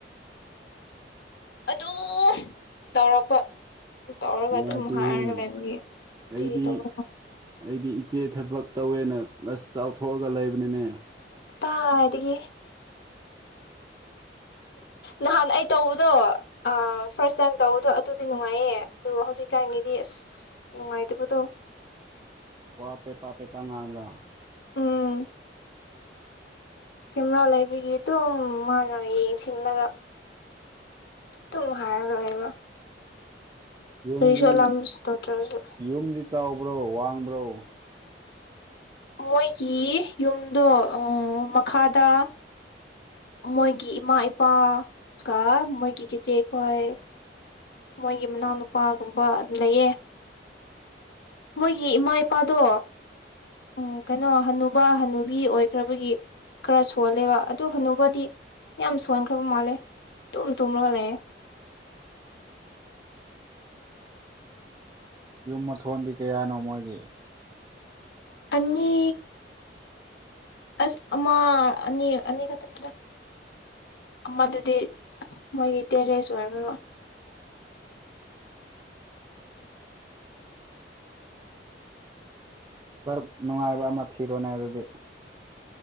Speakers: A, on the left; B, on the right.
A: ꯑꯗꯨꯝ ꯇꯧꯔꯛꯄ
B: ꯑꯁ
A: ꯇꯧꯔꯒ
B: ꯅꯨꯡꯉꯥꯏꯇꯦꯍꯦ
A: ꯑꯗꯨꯝ ꯍꯥꯏꯔꯒ ꯂꯩꯕꯒꯤ
B: ꯑꯩꯗꯤ
A: ꯀ ꯇꯧꯕ
B: ꯑꯩꯗꯤ ꯏꯆꯦ ꯊꯕꯛ ꯇꯧꯋꯦꯅ ꯕꯁ ꯆꯥꯎꯊꯣꯛꯑꯒ ꯂꯩꯕꯅꯤꯅꯦ
A: ꯇꯥ ꯍꯥꯏꯗꯒꯤ ꯅꯥꯟ ꯇꯧꯕꯗꯣ ꯑ ꯐ꯭ꯥꯔꯁ ꯇꯥꯏꯝ ꯇꯧꯕꯗꯣ ꯑꯗꯨꯗꯤ ꯅꯨꯡꯉꯥꯏꯌꯦ ꯑꯗꯨ ꯍꯧꯖꯤꯛꯀꯥꯟꯒꯤꯗꯤ ꯑꯁ ꯅꯨꯡꯉꯥꯏꯇꯕꯗꯣ
B: ꯋꯥ ꯄ‌ꯦꯄꯥ ꯄꯦꯄꯥ ꯉꯥꯡꯕ꯭ꯔ‌ꯥ
A: ꯎꯝ ꯀꯦꯃꯦꯔꯥ ꯂꯩꯕꯒꯤ ꯑꯗꯨꯝ ꯃꯥꯅ ꯌꯦꯡ ꯁꯤꯜꯂꯒ ꯑꯗꯨꯝ ꯍꯥꯏꯒ ꯂꯩꯕ
B: ꯌꯨꯝꯗꯤ
A: ꯀꯔꯤꯁꯨ ꯑꯂꯥꯟꯕꯁꯨ ꯇꯧꯇ꯭ꯔꯁꯨ
B: ꯌꯨꯝꯗꯤ ꯆꯥꯎꯕ꯭ꯔꯣ ꯋꯥꯡꯕ꯭ꯔꯣ
A: ꯃꯣꯏꯒꯤ ꯌꯨꯝꯗꯣ ꯃꯈꯥꯗ ꯃꯣꯏꯒꯤ ꯏꯃꯥ ꯏꯄꯥ ꯀ ꯃꯣꯏꯒꯤ ꯆꯤꯆꯦꯈꯣꯏ ꯃꯣꯏꯒꯤ ꯃꯅꯥꯎꯅꯨꯄꯥꯒꯨꯝꯕ ꯂꯩꯌꯦ ꯃꯣꯏꯒꯤ ꯏꯃꯥ ꯏꯄꯥꯗꯣ ꯎ ꯀꯩꯅꯣ ꯍꯅꯨ ꯕꯥ ꯍꯅꯨꯕꯤ ꯑꯣꯏꯈ꯭ꯔꯕꯒꯤ ꯈꯔ ꯁꯣꯜꯂꯦꯕ ꯑꯗꯨ ꯍꯅꯨꯕꯥꯗꯤ ꯌꯥꯝ ꯁꯣꯟꯈ꯭ꯔꯕ ꯃꯥꯜꯂꯦ ꯇꯨꯝ ꯇꯨꯝꯂꯒ ꯂꯩꯑꯦ
B: ꯌꯨꯝ ꯃꯊꯣꯟꯗꯤ ꯀꯌꯥꯅꯣ ꯃꯣꯏꯒꯤ
A: ꯑꯅꯤ ꯑꯁ ꯑꯃ ꯑꯅꯤ ꯑꯅꯤ ꯈꯛꯇꯪꯗ ꯑꯃꯗꯨꯗꯤ ꯃꯣꯏꯒꯤ ꯇꯦꯔꯦꯁ ꯑꯣꯏꯔ‌ꯦꯕ
B: ꯊꯕꯛ ꯅꯨꯡꯉꯥꯏꯕ ꯑꯃ ꯊꯤꯔꯣꯅꯦ ꯑꯗꯨꯗꯤ